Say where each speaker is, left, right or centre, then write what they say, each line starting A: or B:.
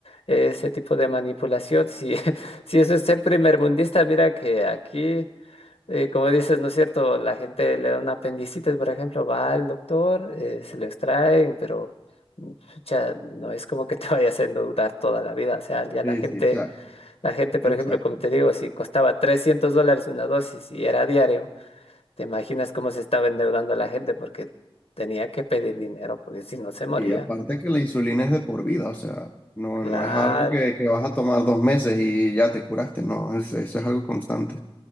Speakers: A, on the left; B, on the left.
A: ese tipo de manipulación, si, <laughs> si eso es ser primermundista, mira que aquí, eh, como dices, ¿no es cierto? La gente le da una apendicitis, por ejemplo, va al doctor, eh, se lo extraen, pero... mm, pucha, no es como que te <laughs> vaya haciendo dudar toda la vida, o sea, ya la
B: Sí,
A: gente,
B: sí, o sea,
A: la gente,
B: exacto.
A: por ejemplo, como te digo, si costaba 300 dólares una dosis y era diario, ¿Te imaginas cómo se estaba endeudando la gente? Porque tenía que pedir dinero, porque si no se moría.
B: Y aparte que la insulina es de por vida, o sea, no,
A: Claro,
B: no es algo que, que vas a tomar dos meses y ya te curaste, no, es- eso es algo constante.